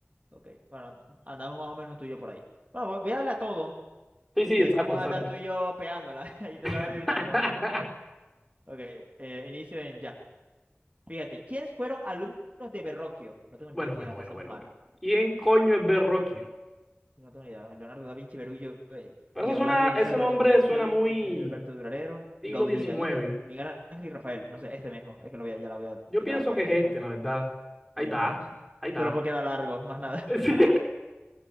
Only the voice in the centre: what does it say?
Sí, sí,
exacto,
exacto.
<laughs>
Bueno,
bueno,
bueno, bueno,
bueno. ¿Quién coño es Berroquio?
Pero
eso suena, ese
nombre
suena muy
siglo
diecinueve
Yo
pienso
que
es
este, la verdad. Ahí
está,
ahí está.
<laughs> Sí.